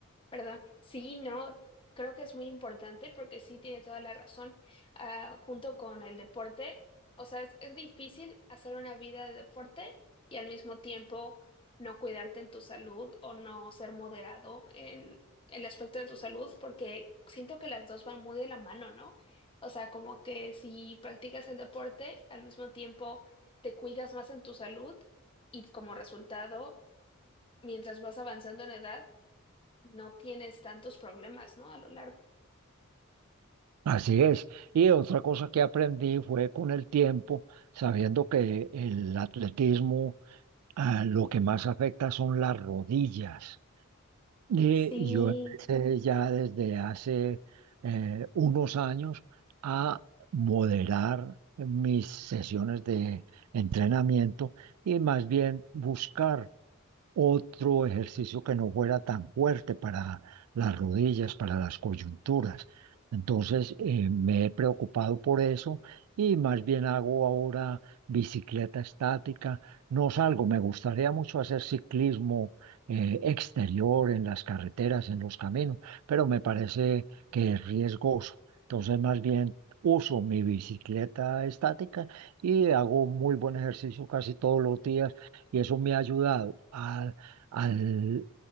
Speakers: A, on the left (about 25°); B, on the right (about 85°).
A: ¿Verdad? Sí, no, creo que es muy importante porque sí tiene toda la razón. Ah, junto con el deporte, o sea, es, es difícil hacer una vida de deporte y al mismo tiempo no cuidarte en tu salud o no ser moderado en el aspecto de tu salud, porque siento que las dos van muy de la mano, ¿no? O sea, como que si practicas el deporte, al mismo tiempo te cuidas más en tu salud y como resultado, mientras vas avanzando en edad, no tienes tantos problemas, ¿no? A lo largo.
B: Así es. Y otra cosa que aprendí fue con el tiempo, sabiendo que el atletismo, ah, lo que más afecta son las rodillas. Y
A: Sí,
B: yo empecé ya desde hace eh, unos años a moderar mis sesiones de entrenamiento y más bien buscar otro ejercicio que no fuera tan fuerte para las rodillas, para las coyunturas. Entonces, eh, me he preocupado por eso y más bien hago ahora bicicleta estática. No salgo, me gustaría mucho hacer ciclismo eh, exterior en las carreteras, en los caminos, pero me parece que es riesgoso. Entonces, más bien uso mi bicicleta estática y hago muy buen ejercicio casi todos los días y eso me ha ayudado al, al